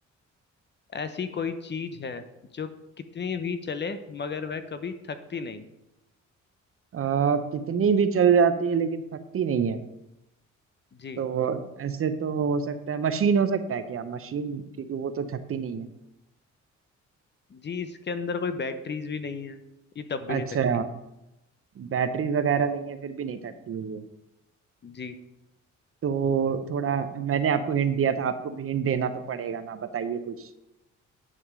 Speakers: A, on the left; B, on the right.
A: ऐसी कोई चीज है जो कितनी भी चले मगर वह कभी थकती नहीं
B: आ, कितनी भी चल जाती है लेकिन थकती नहीं है
A: जी
B: तो ऐसे तो हो सकता है मशीन हो सकता है क्या मशीन क्योंकि वो तो थकती नहीं है
A: जी इसके अंदर कोई बैटरीज भी नहीं है ये तब भी
B: अच्छा
A: नहीं थकती
B: बैटरी वगैरह नहीं है फिर भी नहीं थकती है ये
A: जी
B: तो थोड़ा मैंने आपको हिंट दिया था आपको भी हिंट देना तो पड़ेगा ना बताइए कुछ